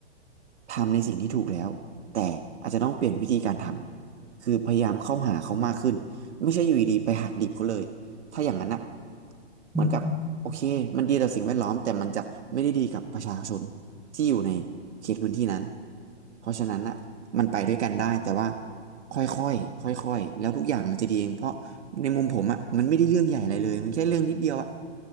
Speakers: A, on the right (about 65°); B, in the centre.
A: ทำในสิ่งที่ถูกแล้วแต่อาจจะต้องเปลี่ยนวิธีการทำคือพยายามเข้าหาเขามากขึ้นไม่ใช่อยู่ดีๆไปหักดิบเขาเลยถ้าอย่างนั้นอะเหมือนกับโอเคมันดีต่อสิ่งแวดล้อมแต่มันจะไม่ได้ดีกับประชาชน
B: อืม
A: ที่อยู่ในเขตพื้นที่นั้นเพราะฉะนั้นอะมันไปด้วยกันได้แต่ว่าค่อยๆค่อยๆแล้วทุกอย่างมันจะดีเองเพราะในมุมผมอะมันไม่ได้เรื่องใหญ่อะไรเลยมันแค่เรื่องนิดเดียวอะ